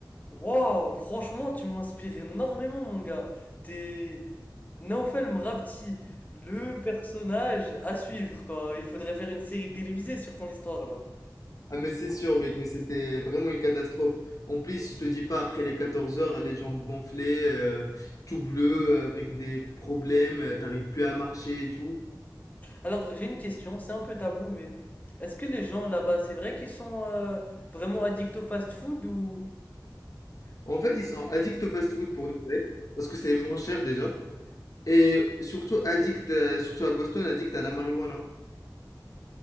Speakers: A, on the left (about 20°); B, on the left (about 45°).
A: Waouh, franchement, tu m'inspires énormément, mon gars. T'es Naofel Mrapti, le personnage à suivre, quoi. Il faudrait faire une série télévisée sur ton histoire, là.
B: Ah, mais c'est sûr, mec, mais c'était vraiment une catastrophe. En plus, je te dis pas, après les 14 heures, les jambes gonflées, euh, tout bleu, avec des problèmes, euh, t'arrives plus à marcher et tout.
A: Alors, j'ai une question, c'est un peu tabou, mais est-ce que les gens là-bas, c'est vrai qu'ils sont euh, vraiment addicts au fast-food ou...
B: En fait, ils sont addicts au fast-food pour de vrai, parce que c'est moins cher déjà. Et surtout addict, euh, surtout à Boston, addict à la marijuana.